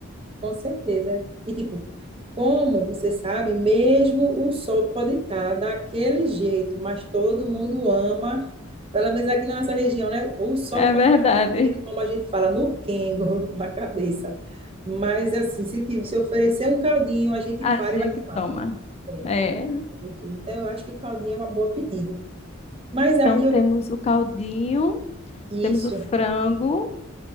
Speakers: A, on the right; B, on the left.
A: Com certeza. E tipo, como você sabe, mesmo o sol pode estar daquele jeito, mas todo mundo ama, pelo menos aqui na nossa região, né? O sol
B: É
A: pode
B: verdade.
A: estar batendo, como a gente fala, no quengo, <laughs> na cabeça. Mas assim, se, tiver- se oferecer um caldinho, a gente
B: A
A: para
B: gente
A: e vai tomar.
B: toma.
A: É.
B: É.
A: Então, eu acho que o caldinho é uma boa pedida. Mas aí,
B: Então temos
A: eu,
B: o caldinho,
A: isso.
B: temos o frango,